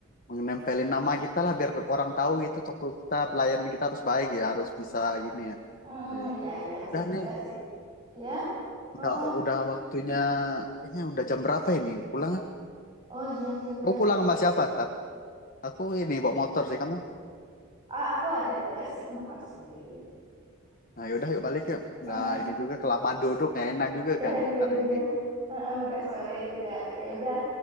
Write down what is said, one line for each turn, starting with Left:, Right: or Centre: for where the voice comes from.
Left: menempelin nama kita lah biar orang tahu gitu toko kita pelayanan kita harus baik ya harus bisa gini ya
Right: Mm,
Left: Oke.
Right: iya iya bisa
Left: udah
Right: juga
Left: nih
Right: sih ya mm-mm.
Left: udah udah waktunya kayaknya udah jam berapa ini pulang
Right: oh iya iya iya
Left: kau pulang sama siapa ntar aku ini bawa motor sih kamu
Right: A- aku ada juga sih motor sendiri
Left: nah yaudah yuk balik yuk
Right: Mm-mm.
Left: nah ini juga kelamaan duduk nggak enak juga
Right: iya
Left: kan
Right: iya
Left: ntar
Right: iya
Left: ini
Right: Mm-mm, udah sore juga ya udah